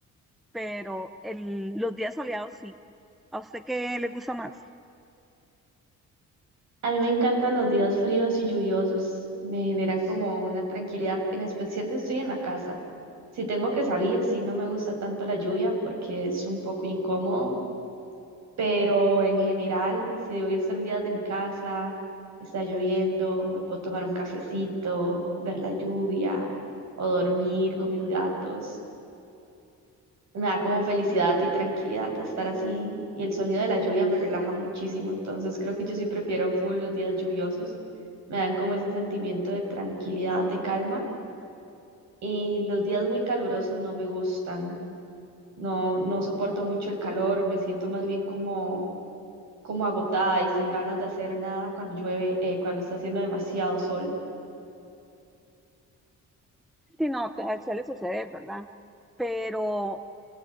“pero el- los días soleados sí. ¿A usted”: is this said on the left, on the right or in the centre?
Centre